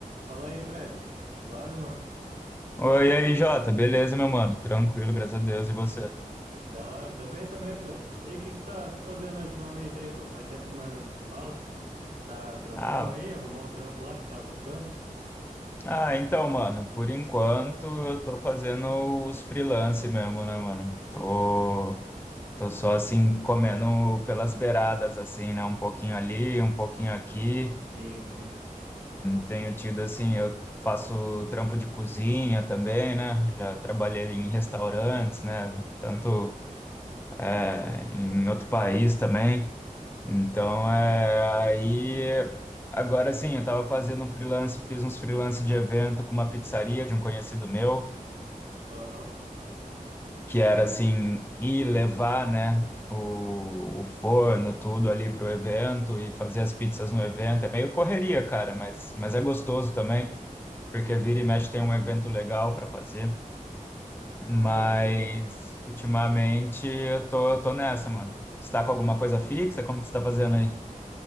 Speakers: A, on the right (about 80°); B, on the left (about 15°).
A: Fala aí, Fred. Suave, mano?
B: Oi, e aí, Jota, beleza, meu mano? Tranquilo, graças a Deus, e você?
A: Da hora. Tô bem também, pô. E o que que você tá fazendo ultimamente aí, pô? Faz tempo que nós não se fala. Tá trampando
B: Ah,
A: aí? Arrumou um trampo lá que você tava buscando?
B: ah, então, mano, por enquanto eu tô fazendo os freelance mesmo, né, mano? Tô, tô só assim, comendo pelas beiradas, assim, né? Um pouquinho ali, um pouquinho aqui.
A: Sim, sim,
B: Tenho tido, assim, eu faço trampo de cozinha também, né? Já trabalhei em restaurantes, né? Tanto, eh, em outro país também. Então,
A: sim.
B: é, aí, agora sim, eu tava fazendo um freelance, fiz uns freelance de evento com uma pizzaria de um conhecido meu,
A: Aham,
B: que era assim, ir levar, né, o, o forno, tudo ali pro evento e fazer as pizzas no evento. É meio correria, cara, mas, mas é gostoso também, porque
A: sim.
B: vira e mexe tem um evento legal para fazer. Mas,
A: É, eu...
B: ultimamente, eu tô, tô nessa, mano. Você tá com alguma coisa fixa? Como que você tá fazendo aí?